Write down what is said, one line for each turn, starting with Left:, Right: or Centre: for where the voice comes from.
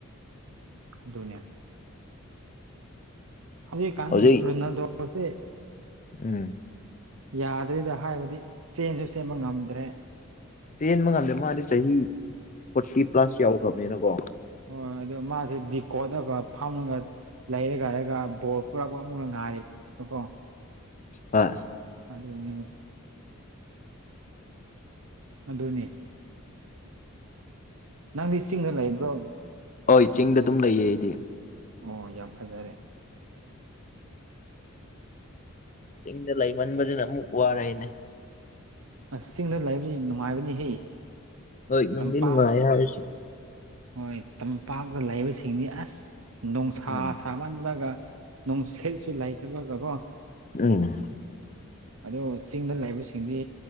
Right: ꯑꯗꯨꯗꯅꯦ ꯑ ꯑ ꯀꯗ
Left: ꯍꯧꯖꯤꯛ
Right: ꯐꯁꯦ
Left: ꯎꯝ
Right: ꯌꯥꯗ꯭ꯔꯤꯗ ꯍꯥꯏꯕꯗꯤ ꯆꯦꯟꯁꯨ ꯆꯦꯟꯕ ꯉꯝꯗ꯭ꯔꯦ
Left: ꯆꯦꯟꯕ ꯉꯝꯗꯦ ꯃꯥꯗꯤ ꯆꯍꯤ ꯐꯣꯔꯇꯤ ꯄ꯭ꯂꯁ ꯌꯥꯎꯈ꯭ꯔꯕꯅꯤꯅꯀꯣ
Right: ꯍꯣꯏꯣꯏ ꯑꯗꯨꯗꯣ ꯃꯥꯁꯦ ꯗꯤ ꯀꯣꯠꯂꯒ ꯐꯝꯃꯒ ꯂꯩꯔꯒꯔꯒ ꯕꯣꯜ ꯄꯨꯔꯛꯄ ꯑꯃꯛ ꯉꯥꯔꯤꯕꯀꯣ
Left: ꯑ
Right: ꯑ ꯑꯗꯨꯕ ꯑꯗꯨꯅꯤ ꯅꯪꯗꯤ ꯆꯤꯡꯗ ꯂꯩꯕ꯭ꯔꯣ
Left: ꯍ ꯆꯤꯡꯗ ꯑꯗꯨꯝ ꯂꯩꯌꯦ ꯑꯩꯗꯤ
Right: ꯑꯣ ꯌꯥꯝ ꯐꯖꯔꯦ
Left: ꯆꯤꯡꯗ ꯂꯩꯃꯟꯕꯁꯤꯅ ꯑꯃꯨꯛ ꯋꯥꯔꯦꯅꯦ
Right: ꯑꯁ ꯆꯤꯡꯗ ꯂꯩꯕꯗꯤ ꯅꯨꯡꯉꯥꯏꯕꯅꯤꯍꯦ
Left: ꯍꯣꯏ ꯅꯨꯡꯗꯤ
Right: ꯇꯝꯄꯥꯛ
Left: ꯅꯨꯡꯉꯥꯏ ꯍꯥꯏꯔꯁꯨ
Right: ꯍꯣꯏ ꯇꯝꯄꯥꯛꯇ ꯂꯩꯕꯁꯤꯡꯗꯤ ꯑꯁ ꯅꯨꯡꯁꯥ
Left: ꯎꯝ
Right: ꯁꯥꯃꯟꯕꯒ ꯅꯨꯡꯁꯤꯠꯁꯨ ꯂꯩꯇꯕꯒꯀꯣ
Left: ꯎꯝ
Right: ꯑꯗꯣ ꯆꯤꯡꯗ ꯂꯩꯕꯁꯤꯡꯗꯤ